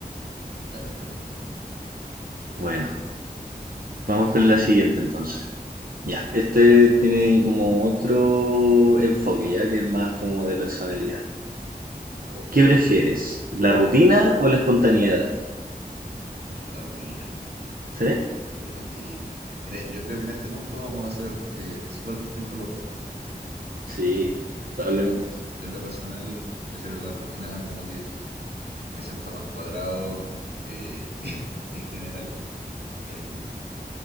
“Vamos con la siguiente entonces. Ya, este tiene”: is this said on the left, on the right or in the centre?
Right